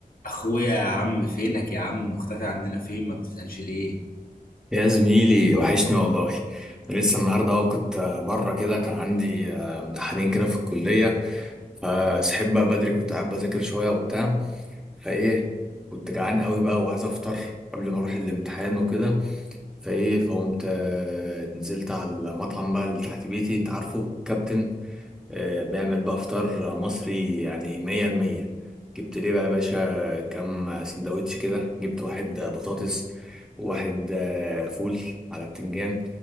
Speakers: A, on the left (about 70°); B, in the centre.
A: اخويا يا عم فينك يا عم مختفي عننا فين ما بتسألش ليه
B: يا زميلي وحشني والله أنا لسه النهارده اهو كنت آه، بره كده كان عندي آه، امتحانين كده في الكليه فسحب بقى بدري كنت قاعد بذاكر شويه وبتاع فايه كنت جعان قوي بقى وعايز افطر قبل ما اروح الامتحان وكده فايه فقمت آه، نزلت على المطعم بقى اللي تحت بيتي انت عارفه كابتن آه، بيعمل بقى فطار مصري يعني مية المية جبت ليه بقى يا باشا كام سندوتش كده جبت واحد بطاطس وواحد آه، فول على بتنجان